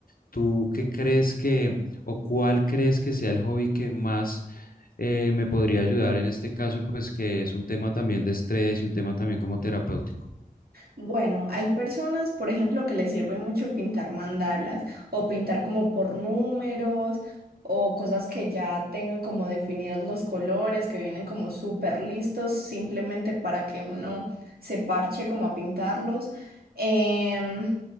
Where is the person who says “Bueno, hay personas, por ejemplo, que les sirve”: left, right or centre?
Right